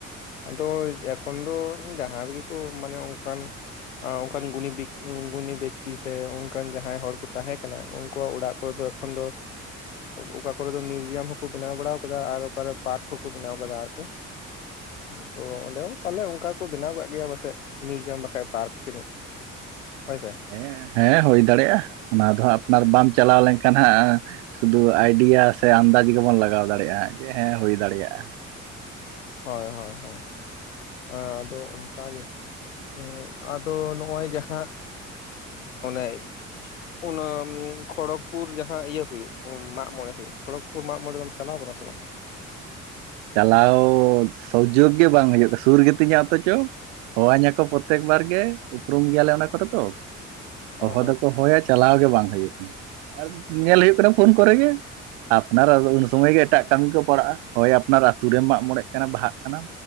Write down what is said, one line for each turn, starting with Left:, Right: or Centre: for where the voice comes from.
Left: ᱟᱫᱚ ᱮᱠᱷᱚᱱ ᱫᱚ ᱡᱟᱦᱟᱸ ᱨᱮᱜᱮ ᱠᱚ ᱢᱟᱱᱮ ᱚᱱᱠᱟᱱ᱾ ᱟᱨ ᱚᱱᱠᱟᱱ ᱜᱩᱱᱤ ᱵᱮᱠᱛᱤ ᱜᱩᱱᱤ ᱵᱮᱠᱛᱤ ᱥᱮ ᱚᱱᱠᱟᱱ ᱡᱟᱦᱟᱸᱭ ᱦᱚᱲ ᱠᱚ ᱛᱟᱦᱮᱸ ᱠᱟᱱᱟ ᱩᱱᱠᱩᱣᱟᱜ ᱚᱲᱟᱜ᱾ ᱠᱩ ᱫᱚ ᱮᱠᱷᱚᱱ ᱫᱚ᱾ ᱚᱠᱟ ᱠᱚᱨᱮ ᱫᱚ ᱢᱤᱭᱩᱡᱤᱭᱟᱢ ᱦᱚᱸᱠᱚ ᱵᱮᱱᱟᱣ ᱵᱟᱲᱟ ᱟᱠᱟᱫᱟ ᱟᱨ ᱚᱠᱟ ᱨᱮ ᱯᱟᱨᱠ ᱦᱚᱠᱚ ᱵᱮᱱᱟᱣ ᱟᱠᱟᱫᱟ᱾ ᱟᱨᱠᱤ, ᱛᱚ ᱚᱸᱰᱮ ᱦᱚᱸ ᱯᱟᱞᱮ ᱚᱱᱠᱟ ᱠᱚ ᱵᱮᱱᱟᱣ ᱠᱟᱜ ᱜᱮᱭᱟ ᱯᱟᱥᱮᱡ ᱢᱤᱭᱩᱡᱤᱭᱟᱢ ᱵᱟᱠᱷᱟᱡ ᱯᱟᱨᱠ ᱛᱤᱱᱤᱹᱡ᱾ ᱦᱳᱭ ᱥᱮ ᱾
Right: ᱦᱮᱸ ᱦᱮᱸ ᱦᱩᱭ ᱫᱟᱲᱮᱭᱟᱜᱼᱟ ᱚᱱᱟ ᱫᱚ ᱦᱟᱸᱜ ᱟᱯᱱᱟᱨ ᱵᱟᱢ ᱪᱟᱞᱟᱣ ᱞᱮᱱᱠᱷᱟᱱ ᱦᱟᱸᱜ᱾ ᱥᱩᱫᱩ ᱟᱭᱰᱤᱭᱟ ᱥᱮ ᱟᱱᱫᱟᱡ ᱜᱮᱵᱚᱱ ᱞᱟᱜᱟᱣ ᱫᱟᱲᱮᱭᱟᱜᱼᱟ ᱡᱮ ᱦᱮᱸ ᱦᱩᱭ ᱫᱟᱲᱮᱭᱟᱜᱼᱟ᱾
Left: ᱦᱳᱭ ᱦᱳᱭ ᱦᱳᱭ ᱟᱫᱚ ᱚᱱᱠᱟ ᱜᱮ ᱾ ᱦᱮᱸ ᱟᱫᱚ ᱱᱚᱜᱼᱚᱭ ᱡᱟᱦᱟᱸ ᱚᱱᱮ ᱾ ᱚᱱᱟ ᱠᱷᱚᱲᱚᱠᱽᱯᱩᱨ ᱡᱟᱦᱟᱸ ᱤᱭᱟᱹ ᱦᱩᱭᱩᱜ ᱢᱟᱜ ᱢᱚᱬᱮ ᱦᱩᱭᱩᱜ, ᱠᱷᱚᱲᱚᱜᱯᱩᱨ ᱢᱟᱜ ᱢᱚᱬᱮ ᱫᱚᱢ ᱪᱟᱞᱟᱣ ᱠᱟᱱᱟ ᱥᱮ ᱵᱟᱝ?
Right: ᱪᱟᱞᱟᱣ ᱥᱩᱡᱳᱜᱽ ᱜᱮ ᱵᱟᱝ ᱦᱩᱭᱩᱜ ᱠᱟᱱᱟ, ᱥᱩᱨ ᱜᱮᱛᱤᱧᱟ ᱚᱛᱚᱪᱚ᱾ ᱦᱚᱦᱚᱧᱟ ᱠᱚ ᱯᱨᱚᱛᱛᱮᱠ ᱵᱟᱨ ᱜᱮ ᱩᱯᱨᱩᱢ ᱜᱮᱭᱟᱞᱮ ᱚᱱᱟ ᱠᱚᱨᱮ ᱛᱚ᱾
Left: ᱦᱳᱭ
Right: ᱦᱚᱦᱚ
Left: ᱦᱳᱭ
Right: ᱫᱚᱠᱚ ᱦᱚᱦᱚᱭᱟ ᱪᱟᱞᱟᱣ ᱜᱮ ᱵᱟᱝ ᱦᱩᱭ ᱟᱠᱟᱱᱟ, ᱟᱨ ᱧᱮᱞ ᱦᱩᱭᱩᱜ ᱠᱟᱱᱟ ᱯᱷᱳᱱ ᱠᱚᱨᱮ ᱜᱮ᱾ ᱟᱯᱱᱟᱨᱫᱚ ᱩᱱ ᱥᱚᱢᱚᱭ ᱜᱮ ᱮᱴᱟᱜ ᱠᱟᱹᱢᱤ ᱠᱚ ᱯᱟᱲᱟᱜᱼᱟ᱾ ᱦᱳᱭ ᱟᱯᱱᱟᱨ ᱟᱛᱳ ᱨᱮᱢ ᱢᱟᱜ ᱢᱚᱬᱮᱜ ᱠᱟᱱᱟ ᱵᱟᱦᱟᱜ ᱠᱟᱱᱟᱢ